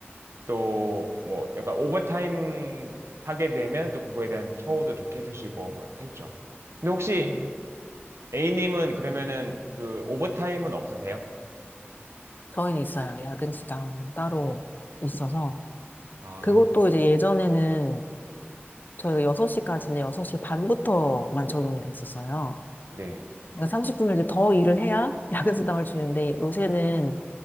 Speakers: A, on the right; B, on the left.
A: 또 뭐 약간 오버타임 하게 되면 또 그거에 대한 처우도 좋게 해주시고 뭐 이렇게 했죠. 근데 혹시
B: 음,
A: A님은 그러면은 그 오버타임은 없으세요?
B: 저희는 있어요. 야근 수당 따로 있어서.
A: 아,
B: 그것도 이제 예전에는 저희가 6시까지인데 6시 반부터만 적용이 돼 있었어요.
A: 네.
B: 그러니까 30분을 이제 더 일을 해야 <laughs> 야근 수당을 주는데 요새는